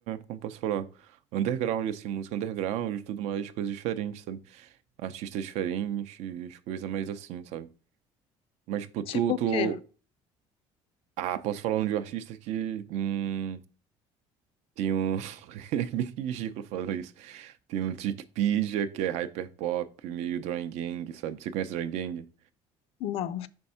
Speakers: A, on the right; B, on the left.
A: como posso falar? Underground, assim, música underground e tudo mais, coisas diferentes, sabe? Artistas diferentes, coisa mais assim, sabe? Mas, tipo, tu,
B: Tipo
A: tu...
B: o quê?
A: Ah, posso falar um de um artista que, hum, tem um... <laughs> É meio ridículo falando isso. Tem um Trickpedia, que é hyperpop, meio Drawing Gang, sabe? Você conhece Drawing Gang?
B: Não.